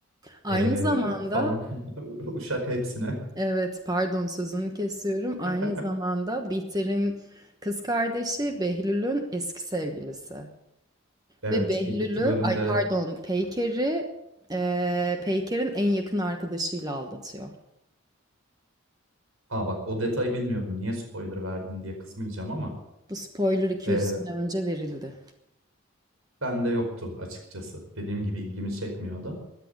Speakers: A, on the right; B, on the right.
A: Aynı
B: e,
A: zamanda,
B: falan <laughs> Uşak hepsine.
A: evet pardon sözünü kesiyorum. Aynı
B: <laughs>
A: zamanda Bihter'in kız kardeşi Behlül'ün eski sevgilisi.
B: Evet,
A: Ve Behlül'ü,
B: ilk iki bölümde
A: ay pardon, Peyker'i eee, Peyker'in en yakın arkadaşıyla aldatıyor.
B: Aa bak o detayı bilmiyordum. Niye spoiler verdin diye kızmayacağım ama
A: Bu spoiler 200
B: eee
A: sene önce verildi.
B: bende yoktu açıkçası. Dediğim gibi ilgimi çekmiyordu.